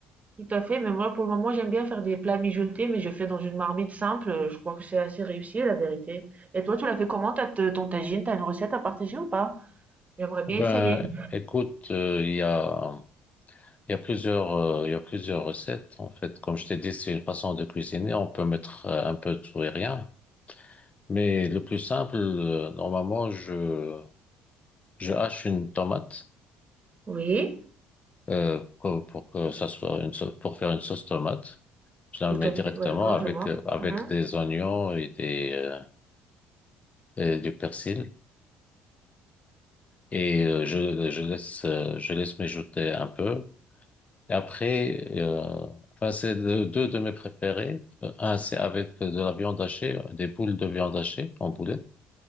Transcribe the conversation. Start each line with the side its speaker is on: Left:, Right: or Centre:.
Right: Tout à fait, mais moi pour le moment j'aime bien faire des plats mijotés, mais je fais dans une marmite simple. Je crois que c'est assez réussi la vérité. Et toi, tu l'as fait comment, t'as te- ton tagine? T'as une recette à partager ou pas? J'aimerais bien
Left: Ben,
Right: essayer.
Left: écoute, euh, il y a, il y a plusieurs, euh, il y a plusieurs recettes. En fait, comme je t'ai dit, c'est une façon de cuisiner. On peut mettre euh, un peu de tout et rien. Mais le plus simple, euh, normalement, je, je hache une tomate
Right: Oui,
Left: euh, pour, pour que ça soit une sauce, pour faire une sauce tomate. Je la
Right: tout
Left: mets
Right: à
Left: directement
Right: fait, Ouais, d'accord,
Left: avec
Right: je vois.
Left: euh, avec
Right: Mhm.
Left: des oignons et des euh, et du persil et euh, je je laisse euh, je laisse mijoter un peu. Et après, euh, enfin c'est de- deux de mes préférés. Euh, Un c'est avec de la viande hachée, des boules de viande hachée en boulet,